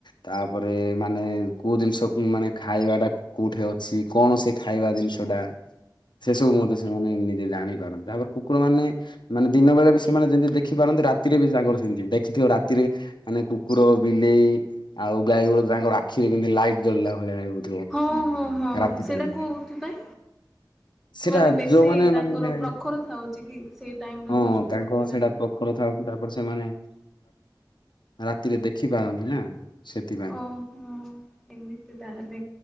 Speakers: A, on the left (about 70°); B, in the centre.
A: ତାପରେ ମାନେ କେଉଁ ଜିନିଷକୁ ମାନେ ଖାଇବାଟା କୋଉଠି ଅଛି? କଣ ସେ ଖାଇବା ଜିନିଷଟା, ସେ ସବୁ ମଧ୍ୟ ସେମାନେ ନିଜେ ଜାଣି ପାରନ୍ତି, ତାପରେ କୁକୁର ମାନେ ମାନେ ଦିନ ବେଳେ ବି ସେମାନେ ଯେମିତି ଦେଖିପାରନ୍ତି, ରାତିରେ ବି ତାଙ୍କର ସେମିତି। ଦେଖିଥିବ ରାତିରେ ମାନେ କୁକୁର, ବିଲେଇ ଆଉ ଗାଈ ବଳଦ ତାଙ୍କର ଆଖିରେ କେମିତି ଲାଇଟ୍ ଜଳିଲା ଭଳିଆ
B: ହଁ- ହଁ- ହଁ
A: ରାତି
B: ସେଇଟା
A: ଟାଇମ୍
B: କୋଉଥିପାଇଁ?
A: ରେ। ସେଟା
B: ମାନେ
A: ଯୋଉମାନେ
B: ସେ ତାଙ୍କର
A: ମାନେ
B: ପ୍ରଖର ଥାଉଛି କି, ସେଇ ଟାଇମ୍ ରେ
A: ହଁ
B: ଦୃଷ୍ଟି
A: ତାଙ୍କ
B: ଶକ୍ତିଟା।
A: ସେଇଟା ପ୍ରଖର ଥାଉଛି, ତାପରେ ସେମାନେ ରାତିରେ ଦେଖି ପାରନ୍ତି ନା। ସେଥିପାଇଁ।
B: ଓ ହୋ। ଏମିତି ତାହେଲେ